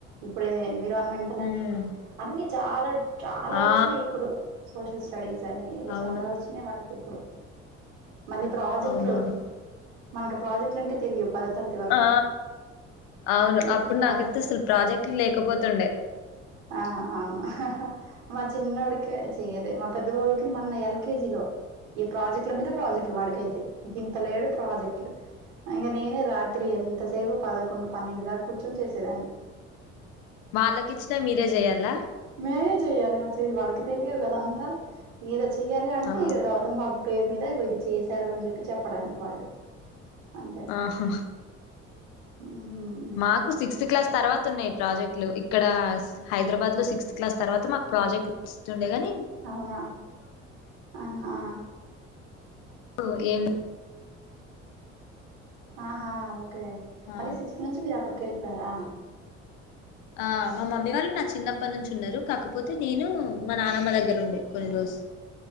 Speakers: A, on the right; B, on the left.
A: ఇప్పుడు ఏదో ఎన్విరాన్మెంట్ లనీ
B: ఉమ్
A: అన్ని చాల చాలా
B: ఆ
A: ఒచ్చినయి ఇప్పుడు సోషల్ స్టడీస్ అని ఇగ
B: అవును
A: చాలా వచ్చినాయి వాళ్ళకి ఇప్పుడు మళ్ళీ ప్రాజెక్టులు
B: అవునవును
A: మనకు ప్రాజెక్టులు అంటే తెలియవ్ పదో తరగ
B: ఆ అవును
A: వీళ్ళకి
B: అప్పుడు
A: ప్రాజెక్టులు
B: నాకైతసలు ప్రాజెక్ట్లు లేక పోతుండె
A: ఆహా అవును మా చిన్నోడికే చేయ్యదే మా పెద్ద బాబుకి మొన్న ఎల్కేజీలో ఈ ప్రాజెక్టుల మీద ప్రాజెక్టులు వాడికైతే గింతలేడు ప్రాజెక్టులు ఇంక నేనే రాత్రి ఎంతసేపు పదకొండు పన్నెండు దాక కూర్చొని చేసేదాన్ని
B: వాళ్ళకిచ్చినా మీరే చెయ్యాలా
A: మేమే చెయ్యాలి మరి వాళ్ళకి తెలియవు కదంతా ఏద చెయ్యాలి అంటే
B: ఆ
A: ఇ గౌతం బాబు పేరు మీద ఇగో ఇది చేశారు అని జెప్పి చెప్పడానికి వాళ్ళు అంతే
B: ఆహా
A: హు హామ్
B: మాకు సిక్స్త్ క్లాస్ తర్వాత ఉన్నాయి ప్రాజెక్టులు ఇక్కడ హైదరాబాద్ లో సిక్స్త్ క్లాస్ తర్వాత మాకు ప్రాజెక్ట్ ఇస్తుండే గనీ
A: అవునా ఆహా
B: ఓ ఏం
A: ఆహా ఓకే
B: ఆ
A: మళ్ళీ సిక్స్త్ నుంచి మీరు అక్కడికి వెళ్ళిపోయారా
B: ఆ మా మమ్మీ వాళ్ళు నా చిన్నప్పటి నుంచి ఉన్నరు కాకపోతే నేనూ మా నానమ్మ దగ్గర ఉండే కొన్ని రోజు